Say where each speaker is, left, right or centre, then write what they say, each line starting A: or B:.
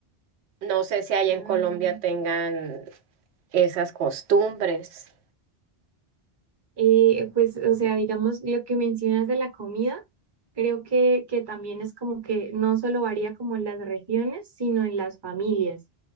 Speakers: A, on the right; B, on the right.
A: No sé si allá
B: Ah,
A: en Colombia tengan esas costumbres.
B: eh, pues, o sea, digamos, lo que mencionas de la comida, creo que, que también es como que no solo varía como en las regiones, sino en las familias.